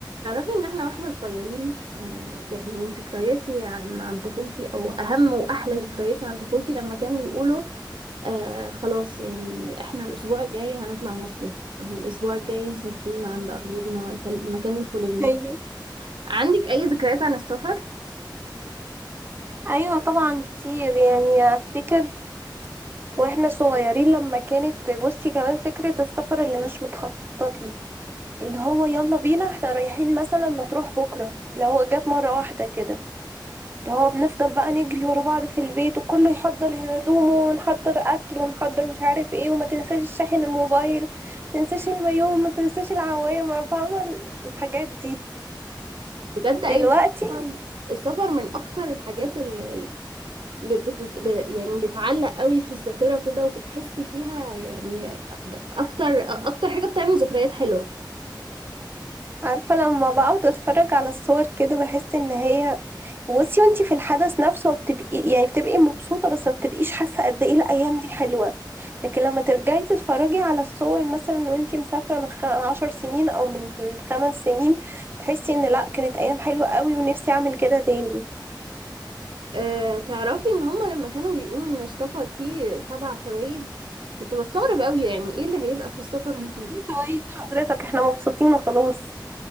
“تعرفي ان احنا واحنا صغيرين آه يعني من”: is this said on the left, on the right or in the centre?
Right